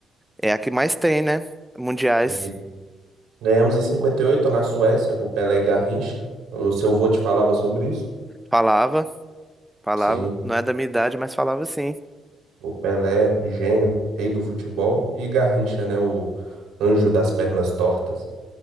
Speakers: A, in the centre; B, on the right.
A: É a que mais tem, né? Mundiais.
B: E Ganhamos em 58 na Suécia com o Pelé e Garrincha. O seu vô te falava sobre isso?
A: Falava, falava.
B: Sim,
A: Não é da minha idade, mas falava sim.
B: o Pelé, gênio, rei do futebol, e Garrincha, né, o anjo das pernas tortas.